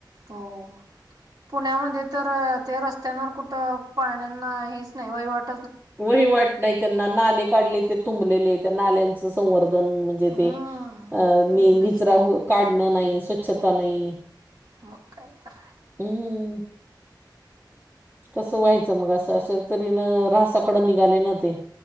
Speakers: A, on the right; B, on the right.
A: हो. पुण्यामध्ये तर ते रस्त्यांवर कुठं पाण्यांना हेच नाही वहिवट
B: वहीवाट नाही त्यांना नाले काढले ते तुंबलेले त्या नाल्यांच संवर्धन म्हणजे
A: हम्म
B: ते अ नि
A: तुंबलेच
B: निचरा हो काढणं नाही स्वच्छता नाही.
A: हाव काय तर
B: हम्म. कसं व्हायचं मग असं अस तरी न ऱ्हासाकडं निघाले ना ते.